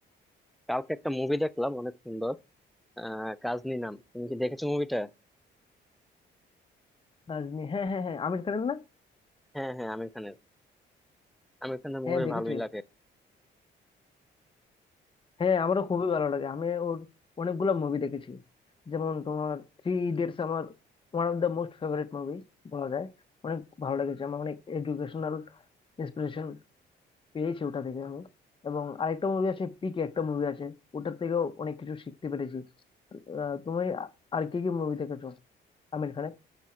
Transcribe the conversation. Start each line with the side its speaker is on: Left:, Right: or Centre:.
Centre: কালকে একটা মুভি দেখলাম অনেক সুন্দর আহ কাজনি নাম তুমি কি দেখেছো মুভিটা
Left: রাজনী হ্যাঁ হ্যাঁ হ্যাঁ আমির খানের না
Centre: হ্যাঁ হ্যাঁ আমির খানের আমির খানের
Left: হ্যাঁ
Centre: মুভি
Left: দেখেছি
Centre: ভালোই লাগে
Left: হ্যাঁ আমারও খুবই ভালো লাগে আমি ওর অনেকগুলো মুভি দেখেছি যেমন তোমার থ্রি ইডিয়টস আমার one of the most favourite movie বলা যায় অনেক ভালো লেগেছে আমার অনেক এডুকেশনাল ইন্সপিরেশন পেয়েছি ওটা থেকে আমি এবং আরেকটা মুভি আছে পিকে একটা মুভি আছে ওটার থেকেও অনেক কিছু শিখতে পেরেছি আহ, তুমি আ- আর কি কি মুভি দেখেছো আমির খানের